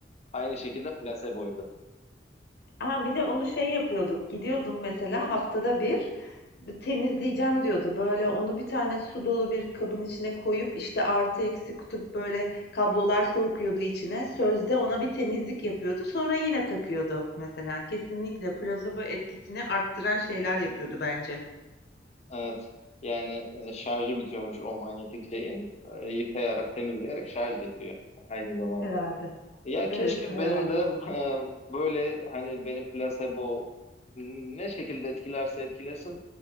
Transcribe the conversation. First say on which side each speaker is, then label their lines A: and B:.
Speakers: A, on the left; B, on the left.
A: aynı şekilde plaseboydu.
B: Aa, bir de onu şey yapıyorduk. Gidiyordun mesela haftada bir temizleyeceğim diyordu. Böyle onu bir tane su dolu bir kabın içine koyup işte artı eksi kutup böyle kablolar sokuyordu içine. Sözde ona bir temizlik yapıyordu. Sonra yine takıyordu mesela. Kesinlikle plasebo etkisini arttıran şeyler yapıyordu
A: Hmm,
B: bence.
A: Evet. Yani e, şarjı bitiyormuş o manyetik şeyin. E, Yıkayarak, temizleyerek şarj ediyor aynı zamanda.
B: Herhalde.
A: Ya keşke
B: Evet, herhalde.
A: benim de e, böyle hani beni plasebo ne şekilde etkilerse etkilesin.